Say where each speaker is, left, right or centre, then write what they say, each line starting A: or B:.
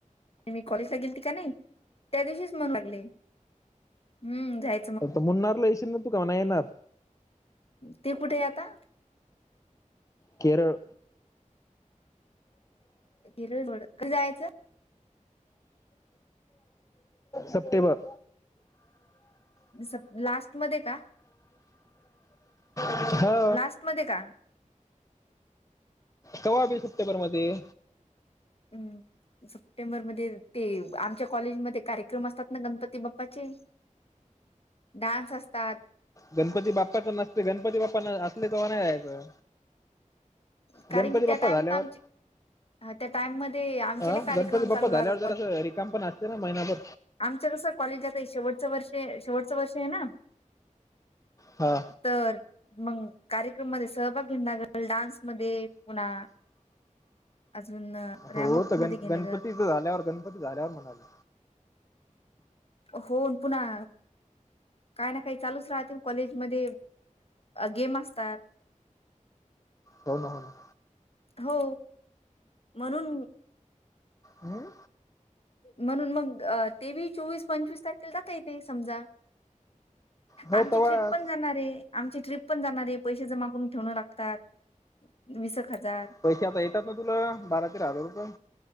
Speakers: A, on the left; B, on the left.
A: मी कॉलेजला गेलती का नाही त्या दिवशीच मन लागले हम्म जाय
B: आता मुन्नारला येशील का तू कवा नाही येणार?
A: ते कुठे आता?
B: केरळ
A: किरळोड कस जायचं?
B: सप्टेंबर.
A: सप लास्ट मध्ये का?
B: हा
A: लास्ट मध्ये का?
B: कवा बी सप्टेंबर मध्ये.
A: हम्. सप्टेंबर मध्ये ते आमच्या कॉलेजमध्ये कार्यक्रम असतात ना गणपती बाप्पाचे. डान्स असतात.
B: गणपती बाप्पाच नसते, गणपती बाप्पानं असले तेव्हा नाही यायचं.
A: कारण
B: गणपती
A: की
B: बाप्पा
A: त्या टाइमात
B: झाल्यावर
A: आमचे हा, त्या टाइम मध्ये आमचे
B: अ
A: कार्यक्रम
B: गणपती बाप्पा
A: चालू
B: झाल्यावर
A: राहतात
B: ज असं रिकाम पण असते ना महिनाभर
A: तुमं कसं कॉलेज जात आहे शेवटचं वर्ष शेवटचं वर्ष आहे ना?
B: हा.
A: तर मग कार्यक्रम म सहभाग घेल डान्समध्ये पुन्हा अजून रॅमॉक
B: हो तर
A: मध्ये
B: गण
A: घेणं
B: गणपतीच झाल्यावर गणपती झाल्यावर म्हणाला.
A: हो पुन्हा. काय ना काही चालूच राहतील कॉलेज मध्ये गेम असतात.
B: हो ना हो ना.
A: हो म्हणून
B: अं.
A: म्हणून मग तेवीस चोवीस पंचवीस तारखेला जाता येतेे समजा.
B: हो
A: आमची
B: तवा
A: ट्रिप पण जाणार आहे. आमची ट्रिप पण जाणार आहे पैसे जमा करून ठेवण लागतात विस एक हजार.
B: पैसे आता येतात ना तुला बारा तेरा हजार रुपये.